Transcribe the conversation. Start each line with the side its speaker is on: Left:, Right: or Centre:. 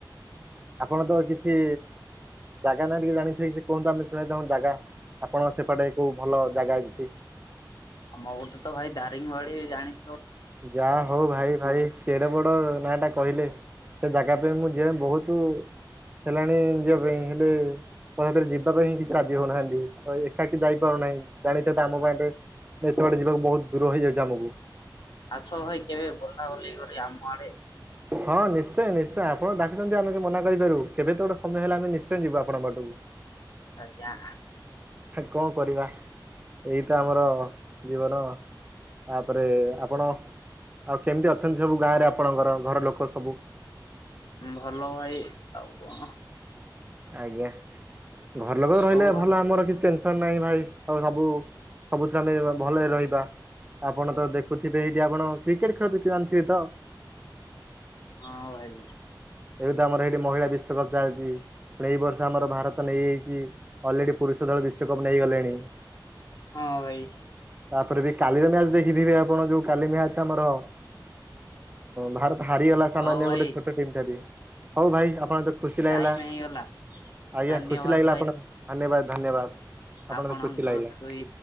Right: ଆପଣ ତ କିଛି ଜାଗା ନାହି ଟିକେ ଜାଣିଥିବ କି କୁହନ୍ତୁ ଆମେ ଶୁଣେଇଥା ଜାଗା ଆପଣଙ୍କ ସେପଟେ କୋଉ ଭଲ ଜାଗା ଅଛି?
Left: ଆମ ପଟେ ତ ଭାଇ ଦାରିଙ୍ଗି ବାଡ଼ି ଜାଣି
Right: ଯା ହଉ ଭାଇ ଭାଇ କେଡେ ବଡ ନାଁ ଟା କହିଲେ ସେ ଜାଗା ପାଇଁ ମୁଁ ଯେ ବହୁତ ହେଲାଣି ଯିବା ପାଇଁ ହେଲେ ମରେ ଯିବା ପାଇଁ ହିଁ କିଛି ରାଜି ହଉନାହାନ୍ତି ତ ଏକାକି ଯାଇପାରୁନାହିଁ ଜାଣିଚ ତ ଆମ ପାଇଁ ଏତେବାଟ ଯିବାକୁ ବହୁତ ଦୂର ହେଇଯାଉଛି ଆମକୁ।
Left: ଆସ ଭାଇ କେବେ ବୁଲାବୁଲି କରି ଆମ ଆଡେ
Right: ହଁ ନିଶ୍ଚୟ ନିଶ୍ଚୟ ଆପଣ ଡାକୁଛନ୍ତି ଆମେ ମନା କରିପାରିବୁ କେବେତ ଗୋଟେ ସମୟ ହେଲା ଆମେ ନିଶ୍ଚ ଯିବ ଆପଣଙ୍କ ଆଡୁ
Left: ଆଜ୍ଞା।
Right: କଣ କରିବା ଏଇ ତ ଆମର ଜୀବନ। ତାପରେ ଆପଣ ଆଉ କେମିତି ଅଛନ୍ତି ସବୁ ଗାଁ ରେ ଆପଣଙ୍କର ଘର ଲୋକ ସବୁ?
Left: ଭଲ ଭାଇ ଆଉ କଣ?
Right: ଆଜ୍ଞା। ଘର ଲୋକ ରହିଲେ
Left: ହଉ ଭାଇ
Right: ଭଲ ଆମର କିଛି ଟେନ୍ ନାଇଁ ଭାଇ ଆଉ ସବୁ ସବୁଥିରେ ଆମେ ଭଲରେ ରହିବା। ଆପଣ ତ ଦେଖୁଥିବେ ଏଇଠି ଆପଣ କ୍ରିକେଟ ଖେଳ ଦେଖି ଯାନ୍ତି ତ?
Left: ହଁ ଭାଇ
Right: ଏବେ ତ ଆମର ଏଇଠି ମହିଳା ବିଶ୍ଵକପ୍ ଚାଲିଛି। ପୁଣି ଏଇ ବର୍ଷ ଆମର ଭାରତ ନେଇଯାଇଛି ଅଲରେଡି ପୁରୁଷ ଦଳ ବିଶ୍ଵକପ୍ ନେଇଗଲେଣି।
Left: ହଁ। ଭାଇ
Right: ତାପରେ ବି କାଲିର ମ୍ୟାଚ ଦେଖିଥିବେ ଆପଣ ଯୋଉଁ କାଲି ମ୍ୟାଚ ଆମର ଭାରତ ହାରିଗଲା ସାମାନ୍ୟ
Left: ହଉ ଭାଇ
Right: ଗୋଟେ ଛୋଟ ଟିମ୍ ଠାରୁ। ହଉ ଭାଇ ଆପଣ ତ ଖୁସି ଲାଗିଲା
Left: ଟାଇମ ହେଇଗଲା
Right: ଆଜ୍ଞା
Left: ଧନ୍ୟବାଦ
Right: ଖୁସି ଲାଗିଲା ଆପଣ ଧନ୍ୟବାଦ। ଧନ୍ୟବାଦ।
Left: ଆପଣଙ୍କ
Right: ଖୁସି ଲାଗିଲା।
Left: ଠୁଇ